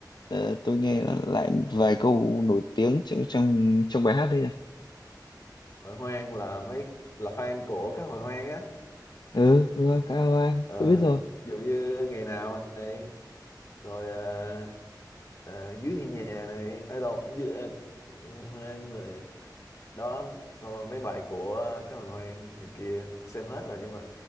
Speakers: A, on the left (about 70°); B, on the left (about 45°).
A: Ờ, tôi nghe lại vài câu nổi tiếng trong trong trong bài hát đây nè
B: hội hoang là mấy là fan của các hội hoang á
A: ừ Hoa Cao Anh
B: Ờ,
A: tôi biết rồi
B: ví dụ như ngày nào này rồi ờ, ờ, dưới hiên nhà này ở đâu dưới uh, hoang rồi đó xong rồi mấy bài của cái hồi hoang này kia tôi xem hết rồi nhưng mà